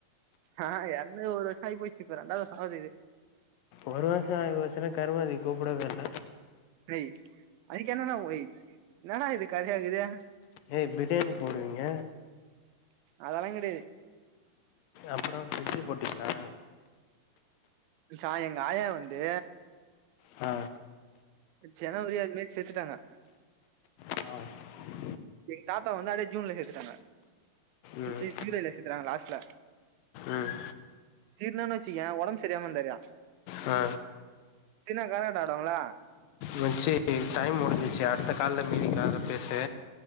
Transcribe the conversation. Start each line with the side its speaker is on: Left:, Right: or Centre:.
Right: அ இறந்து ஒரு வருஷம் ஆகி போயிச்சு இப்ப ரெண்டாவது வருஷம் ஆகுது
Left: ஒரு வருசம் ஆயி போயிசன்னா கருமாதி கூப்டவேயில்ல
Right: அய் அதுக்கு என்னா ஓய் ஏன்னாட இது கதையா இகுது
Left: ஏ பிரியாணி போடுவீங்க
Right: அதெல்லா கெடயாது
Left: அப்புற வெஜ்ஜு போட்டுக்கலா
Right: சாய் எங்க ஆயா வந்து
Left: ஆ
Right: ஜனவரி அது மேரி செத்துட்டாங்க
Left: ஆ
Right: எங்க தாத்தா வந்தாலே ஜூன்ல செத்துட்டாங்க
Left: ம்.
Right: சி ஜூலைல செத்துட்டாங்க லாஸ்ட்ல
Left: ம்.
Right: தீர்னான்னு வச்சுக்கோய ஒடம்பு சரில்லாம இருந்தாரு
Left: ஆ
Right: தீனா கரகாட்டோ ஆடுவாங்கல்ல
Left: மச்சி டைம் முடிஞ்சுச்சு அடுத்த கால்ல மீதி கால்ல பேசு